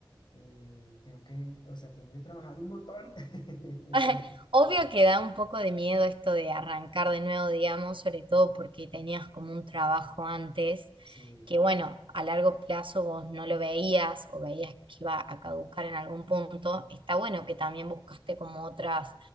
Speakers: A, on the left; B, on the right.
A: eh, tengo que, o sea, tengo que trabajar un montón. <laughs>
B: <laughs> Obvio que da un poco de miedo esto de arrancar de nuevo, digamos, sobre todo porque tenías como un trabajo antes
A: Sí,
B: que, bueno, a largo plazo vos no lo veías o veías que iba a caducar en algún punto. Está bueno que también buscaste como otras